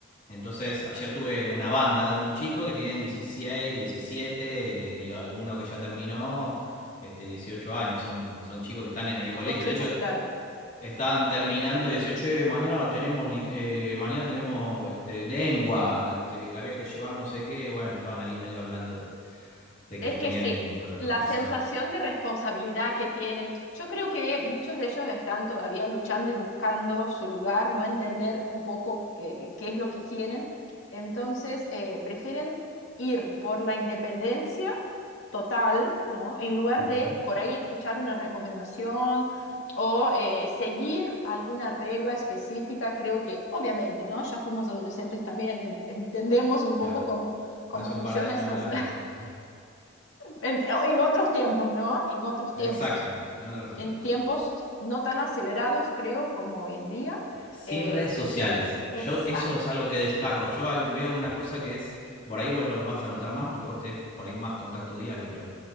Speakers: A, on the left; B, on the left.
A: Entonces, ayer tuve una banda de unos chicos que tienen 16, 17 y alguno que ya terminó este 18 años, son, son chicos que están en el
B: chicos,
A: colegio.
B: chicos,
A: De hecho,
B: claro.
A: Estaban terminando y decía, che, mañana tenemos, lit- eh, mañana tenemos este, lengua, este, había que llevar no sé qué. Bueno, estaban ahí medio hablando de, de que
B: Es
A: tenían
B: que sí,
A: que los
B: la
A: profesores.
B: sensación de responsabilidad que tienen, yo creo que muchos de ellos están todavía luchando y buscando su lugar, no entender un poco eh, qué es lo que quieren. Entonces, eh, prefieren ir por la independencia total, ¿no? En lugar
A: Ujú,
B: de por ahí escuchar una recomendación o eh, seguir alguna regla específica. Creo que, obviamente, ¿no? Ya fuimos adolescentes también, en- entendemos un poco
A: Claro,
B: cómo, cómo
A: hace
B: funcionan
A: un par de años
B: esas...
A: largos,
B: <laughs>
A: sí.
B: En, en otros tiempos, ¿no? En otros tiempos.
A: Exactamente, en otros tiempos.
B: En tiempos no tan acelerados, creo, como hoy en día.
A: sin
B: Eh,
A: redes sociales.
B: exacto.
A: Yo eso es algo que destaco. Yo ahí veo una cosa que es, por ahí vos lo vas a notar más porque vos tenés por ahí más contacto diario, pero